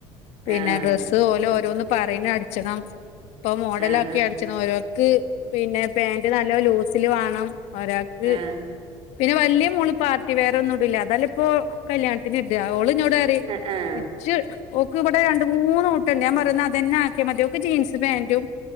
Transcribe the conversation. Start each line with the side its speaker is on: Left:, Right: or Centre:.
Left: പിന്നെ
Right: ആഹ്
Left: ഡ്രസ്സ് ഓലെ ഓരോന്ന് പറയുന്ന അടിച്ചണം ഇപ്പ മോഡല
Right: ആഹ്
Left: ആക്കി
Right: ആഹ്
Left: ഒരാൾക്ക് പിന്നെ പാന്റ് നല്ല ലൂസില് വേണം ഒരാൾക്ക്
Right: ആഹ്
Left: പിന്നെ വലിയ മോള് പാർട്ടി വെയർ ഒന്നും ഇടൂല്ല അതല്ല ഇപ്പോ കല്യാണത്തിന് ഇടാ ഓള്ന്നോട് <unintelligible>
Right: ആഹ് ആഹ്
Left: ച്ച് ഓക്ക് ഇവിടെ രണ്ട് മൂന്ന് കൂട്ടുണ്ട് ഞാൻ പറയുന്നത് അതന്നെ ആക്കിയാ മതി യോക്ക് ജീൻസ് പാൻറും